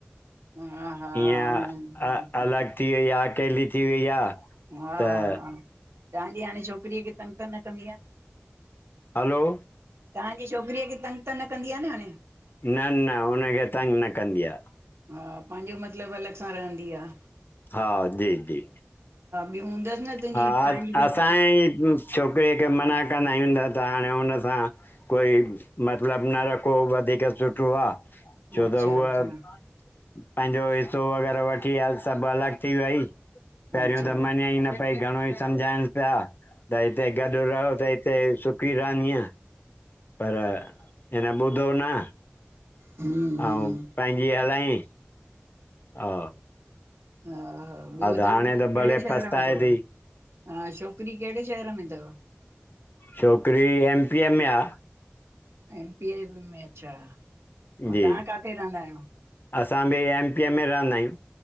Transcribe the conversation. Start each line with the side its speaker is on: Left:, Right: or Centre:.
Right: हा हा हा
Left: ईअं
Right: आहिन।
Left: अलॻि थी वई आहे अकेली थी वई आहे
Right: हा
Left: त
Right: हा तव्हांजी हाणे छोकरीअ खे तंग त न कंदी आ।
Left: हलो?
Right: तांजी छोकरीअ खे तंग त न कंदी आ न हाणे।
Left: न न हुनखे तंग न कंदी आ।
Right: हा पांजे मतलब अलग सां रहंदी आ।
Left: हा जी जी
Right: ॿियूं हूंदसि न तुंहिंजी
Left: हा
Right: तव्हांजी छोकिरी
Left: असांही छोकरीअ खे माना आईंदा, तां हाणे हुन सां कोई मतलब न रखो वधीक सुठो आ छो
Right: अच्छा
Left: त उह
Right: अच्छा
Left: पंहिंजो हिस्सो वग़ैरह वठी आ सभ अलग थी वई, पहिरियों
Right: अच्छा
Left: त मञे ईन पई घणो ई समझाइन्स पया त हिते गॾ रहो त हिते सुकी रहंदीअ। पर इन ॿुधो न
Right: हम्म
Left: ऐं पंहिंजी हलायईं हा
Right: हा हा ॿियो
Left: त
Right: ताजे
Left: हाणे त
Right: केड़े
Left: भले
Right: शहर
Left: पछताए
Right: में तव,
Left: थी
Right: हा अशो। छोकरी केड़े शहर में तव?
Left: छोकरी एमपीअ मे आ।
Right: एम पी में अच्छा <inaudible>
Left: जी
Right: तव्हां काथे रहंदा आहियो?
Left: असां बि एमपीअ में रहंदा आयूं।